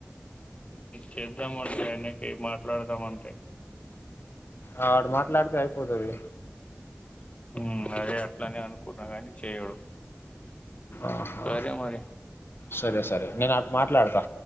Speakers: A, on the left; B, on the left.
A: చేద్దాము అంటే ఆయనకి మాట్లాడదామ్ అంటే
B: ఆ వాడు మాట్లాడితే అయిపోతుది
A: హ్మ్. అదే అట్లానే అనుకున్నా కానీ చేయడు
B: ఆహా
A: సరే మరి.
B: సరే సరే నేను మాట్లాడతా